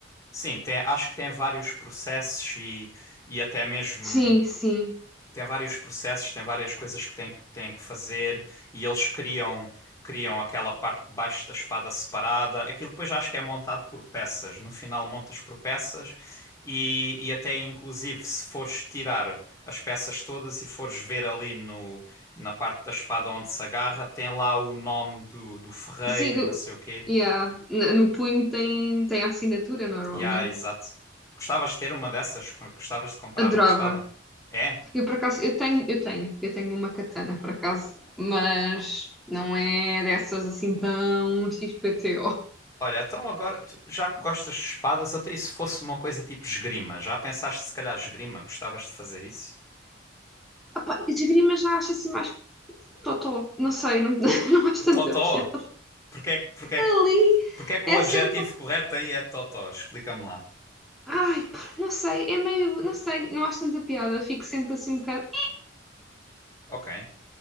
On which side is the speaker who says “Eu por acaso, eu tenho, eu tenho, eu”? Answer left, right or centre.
Centre